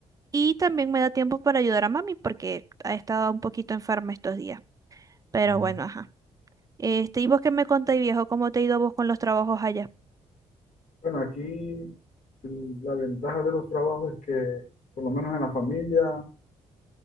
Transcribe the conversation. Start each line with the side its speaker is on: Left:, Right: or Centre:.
Right: Y también me da tiempo para ayudar a mami porque ha estado un poquito enferma estos días. Pero
Left: Mm.
Right: bueno, ajá. Este, ¿y vos qué me contáis, viejo? ¿Cómo te ha ido a vos con los trabajos allá?
Left: Bueno, aquí el- la ventaja de los trabajos es que, por lo menos en la familia,